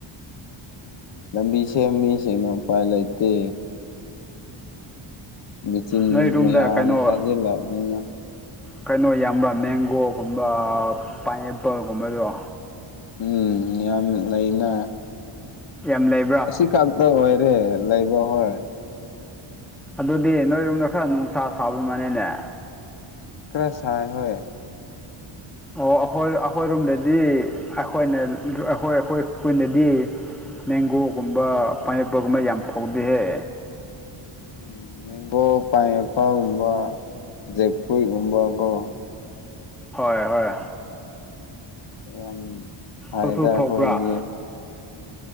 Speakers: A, on the left; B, in the centre.
A: ꯂꯝꯕꯤ ꯁꯦꯝ ꯃꯤꯁꯤꯡꯅ ꯎꯄꯥꯏ ꯂꯩꯇꯦ ꯃꯦꯆꯤꯟ
B: ꯅꯣꯏ ꯔꯨꯝꯗ
A: ꯃꯌꯥꯝ
B: ꯀꯩꯅꯣ
A: ꯊꯥꯖꯤꯜꯂꯝꯅꯤꯅ
B: ꯀꯩꯅꯣ ꯌꯥꯝꯕ꯭ꯔꯥ ꯃꯦꯡꯒꯣꯒꯨꯝꯕ ꯄꯥꯏꯅꯦꯄꯜꯒꯨꯝꯕꯗꯣ
A: ꯎꯝ ꯌꯥꯝꯅ ꯂꯩꯅ
B: ꯌꯥꯝ ꯂꯩ
A: ꯑꯁꯤ ꯈꯛꯇ ꯑꯣꯏꯔꯦ ꯂꯩꯕ ꯍꯣꯏ
B: ꯑꯗꯨꯗꯤ ꯅꯣꯏꯔꯣꯝꯗ ꯈꯔ ꯅꯨꯡꯁꯥ ꯁꯥꯕꯩ ꯃꯥꯅꯦꯅꯦ
A: ꯈꯔ ꯁꯥꯏ ꯍꯣꯏ
B: ꯑꯣ ꯑꯩꯈꯣꯏ ꯑꯩꯈꯣꯏꯔꯣꯝꯗꯗꯤ ꯑꯩꯈꯣꯏꯅ ꯑꯩꯈꯣꯏ ꯑꯩꯈꫭꯏ ꯑꯩꯈꯣꯏꯅꯗꯤ ꯃꯦꯡꯒꯣꯒꯨꯝꯕ ꯄꯥꯏꯅꯦꯄꯜꯒꯨꯝꯕ ꯌꯥꯝ ꯊꯧꯗꯤꯍꯦ
A: ꯎꯝ ꯃꯦꯡꯒꯣ ꯄꯥꯏꯅꯦꯄꯜꯒꯨꯝꯕ ꯖꯦꯛꯀꯨꯏꯒꯨꯝꯕꯀꯣ
B: ꯍꯣꯏ ꯍꯣꯏ
A: ꯌꯥꯝ ꯐꯩꯗ
B: ꯑꯗꯨꯁꯨ ꯊꯣꯛꯄ꯭ꯔꯥ
A: ꯑꯩꯈꯣꯏꯗꯤ